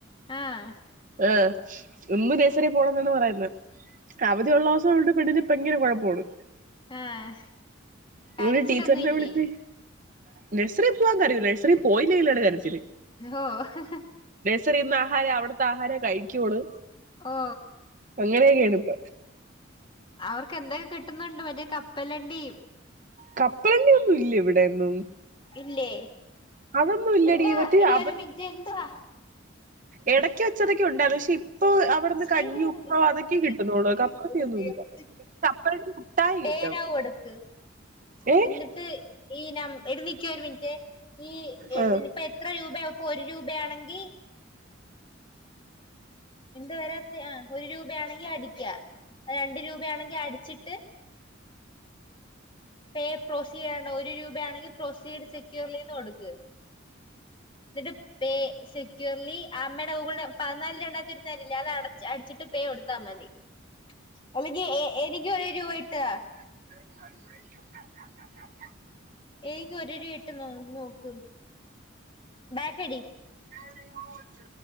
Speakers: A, on the left; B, on the right.
A: ആഹ
B: ആഹ ഒന്ന് നേഴ്സറി പോണംന്നാണ് പറയുന്ന അവധിയുള്ള അവളുടെ പെണ്ണിന് ഭയങ്കര കുഴപ്പമാണ്
A: ആഹ് കരച്ചിലൊന്നും
B: മടെ ടീച്ചർന്റെ
A: ഇല്ലേ
B: അവിടെതെ നഴ്സറിൽ പോകവാൻ കരയില്ല നഴ്സറി പോയിലെ ആണ് കരച്ചിൽ
A: ഓഹ്
B: നേഴ്സറി നിന്ന് ആഹാരം അവിടുത്തെ ആഹാരേ കഴിക്കോളൂ
A: ഓ
B: അങ്ങനെയൊക്കെയാണ് ഇപ്പ
A: അവർക്ക് എന്തൊക്കെ കിട്ടുന്നുണ്ട് മറ്റേ കപ്പലണ്ടി
B: കപ്പലണ്ടി ഒന്നും ഇല്ല ഇവിടെൊന്നും
A: ഇല്ലേ
B: അതൊന്നുമില്ലെടി
A: എന്താ
B: മറ്റേ
A: എടി
B: <inaudible>
A: ഒരു മിനിറ്റ് എന്തുവാ
B: ഇടക്ക് വെച്ചതൊക്കെ ഉണ്ടായിരുന്നു പക്ഷെ ഇപ്പൊ അവിടുന്ന്
A: ശ്രീദേവി
B: കഞ്ഞി ഉപ്പമാവ്
A: വിളിക്കുന്നു
B: അതൊക്കെ
A: ശ്രീദേവി
B: കിട്ടുന്നുള്ളൂ കപ്പലണ്ടിന്നുംല്ല കപ്പലണ്ടി മുട്ടായി
A: പേനാവ്
B: കിട്ടും
A: കൊടക്ക്
B: ഏ
A: എന്നിട്ട് ഈ ന എടി നിക്കേ ഒരു മിനിറ്റ് ഈ ഇതിനിപ്പോ
B: ആ
A: എത്ര രൂപയാ ഇപ്പൊ ഒരു രൂപയാണെങ്കിൽ എന്ത വരാ ആ ഒരു രൂപയാണെങ്കി അടിക്ക രണ്ട് രൂപയാണെങ്കിൽ അടിച്ചിട്ട് പേ പ്രോസീ ചെയ്യേണ്ട ഒരു രൂപയാണെങ്കിൽ പ്രൊസീഡ് സെക്യൂർലി നിന്ന് കൊടുക്കുക എന്നിട്ട് പേ സെക്യൂർലി ആ അമ്മയുടെ ഗൂഗളുടെ പതിനാല് രണ്ടായിരത്തി ഒരുരുരംല്ല അത്ട അടിച്ചി് പേ കൊടുത്താൽ മതി അല്ലെങ്കി എനിക്ക് ഒരു രൂപ ഇട്ടതാ
B: <inaudible>
A: ഏനിക്ക് ഒരുരു പ ഇട്ട് നോ നോക്ക് ബാക്കടി
B: <unintelligible>